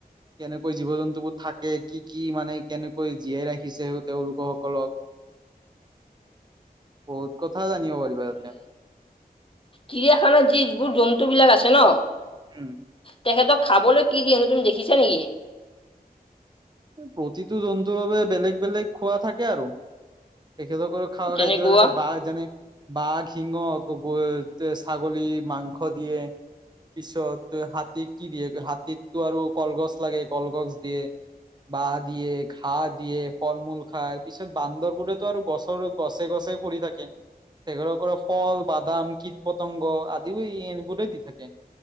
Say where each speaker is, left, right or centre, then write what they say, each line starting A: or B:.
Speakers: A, on the right; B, on the left.
A: কেনেকৈ জীৱ জন্তুবোৰ থাকে কি কি মানে কেনেকৈ জীয়াই ৰাখিছে তেওঁলোকসকলক বহুত কথা জানিব পাৰিবা তাতে
B: চিৰিয়াখানাত যি যিবোৰ জন্তুবিলাক আছে ন
A: উম
B: তেখেতক খাবলৈ কি দিয়েনো তুমি দেখিছা নেকি
A: প্ৰতিটো জন্তুৰ বাবে বাবে বেলেগ বেলেগ খোৱা থাকে আৰু তেখেতসকলক খোৱা
B: যেনেকুৱা
A: খাদ্য বোৰ যেনে বাঘ যেনে বাঘ সিংহ ক গ ছাগলী মাংস দিয়ে পিছত হাতী কি দিয়ে হাতীকটো আৰু কলগছ লাগে কলগছ দিয়ে বাঁহ দিয়ে ঘাঁ দিয়ে ফল মূল খায় পিছত বান্দৰবোৰেতো আৰু গছৰ গছে গছে পৰি থাকে তেখেতসকতক ফল বাদাম কীট পতংগ আদিও এনেবোৰে দি থাকে